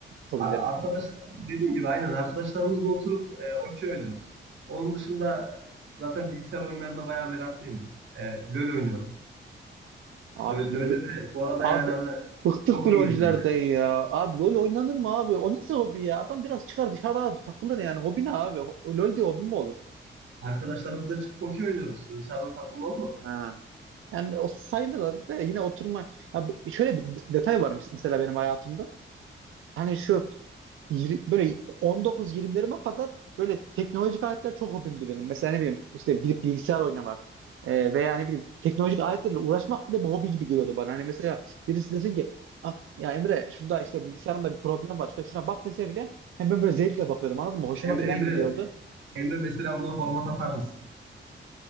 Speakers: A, on the right; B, on the right.
A: hobilerin?
B: A- Arkadaş dediğim gibi aynen arkadaşlarımızla oturup e, okey oynuyoruz. Onun dışında zaten bilgisayar oyunlarına bayağı meraklıyım ben. E, LoL oynuyorum.
A: Abi
B: Lö- LoL'de de bu arada
A: Abi
B: yani hani
A: bıktık
B: çok
A: bu LoL'lerden
B: iyiyimdir yani.
A: ya. Abi LoL oynanır mı abi? O nasıl hobi ya? Adam biraz çıkar dışarı abi takılır yani. Hobi ne abi? Ho- LoL diye hobi mi olur?
B: Arkadaşlarımızla çıkıp okey oynuyoruz işte dışarıda takımda olma.
A: Ha. Yani o sayılır da yine oturma. Ya bi- şöyle bir detay var mes- mesela benim hayatımda. Hani şu yir- böyle 19-20'lerime kadar böyle teknolojik aletler çok hobimdi benim. Mesela ne bileyim işte gidip bilgisayar oynamak e, veya ne bileyim teknolojik aletlerle uğraşmak bile bir hobi gibi geliyordu bana. Hani mesela birisi desin ki ah, ya Emre şurada işte bilgisayarımda bir problem var işte şuna bak dese bile hem ben böyle zevkle bakıyordum anladın mı? Hoşuma
B: Emre,
A: falan
B: Emre,
A: gidiyordu.
B: Emre mesela buna format atar mısın?